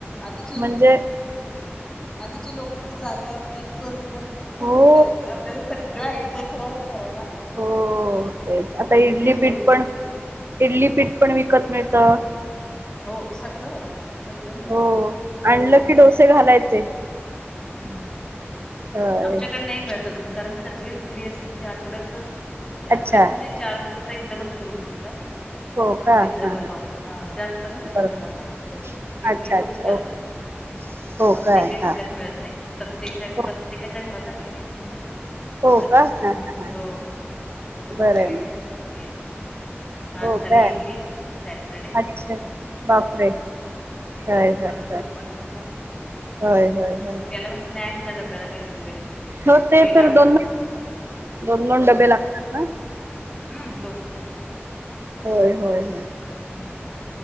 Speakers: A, on the left (about 15°); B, on the right (about 60°).
A: आधीची-आधीची
B: म्हणजे
A: लोक तरी जात तर तेच करून मग भाकरी
B: हो
A: करायची आपल्याला सगळं आयत खरं करायला
B: हो.. तेच. आता
A: बिझी
B: इडली
A: शेड्यूल
B: पीठ पण इडली पीठ पण विकत मिळतं.
A: हो सगळं. सगळं मिळतं
B: हो..
A: पण
B: आणलं की डोसे घालायचे.
A: हो ना.
B: होय
A: आमच्याकडे नाई मिळत अजून कारण सगळीच घरी असं म्हणजे आठवड्याच म्हणजे आठवड्याचं
B: अच्छा
A: म्हणजे चार दिवसाचं एकदमच करून ठेवतात.
B: हो का
A: पिझ्झा
B: हा
A: बनवतात हा जास्त नाय
B: बरोबर
A: पदार्थ इकडे आमच्याकडे तर इडली,
B: अच्छा अच्छा
A: डोसे जास्त
B: ओके
A: त्यामुळे
B: हो काय
A: ते काही विकत
B: हा
A: मिळत नाही प्रत्येच्या
B: हो
A: प्रत्येकाच्या घरात आहे ते. त्या
B: हो
A: व
B: का हा हा हा
A: हो हो रोजच
B: बरं
A: काही आहे
B: मग
A: नसणार नाश्त्याला तेच. म आज
B: हो
A: झाली
B: काय
A: इडली सॅटरडे.
B: अच्छा बापरे होय
A: आता दुपारचा
B: होय
A: स्वयंपाक
B: होय
A: झाला
B: होय होय होय
A: मुलग्याला म स्नॅक् पुन्हा डब्याला काही तरी वेगळं करून ठेव
B: हो ते
A: हे
B: तर
A: लाडू
B: दोन
A: करून ते
B: दोन दोन डबे
A: बरं.
B: लागतात ना
A: हम्म दोन डब्या देय लागतात.
B: होय होय
A: आणि
B: होय.
A: हम्म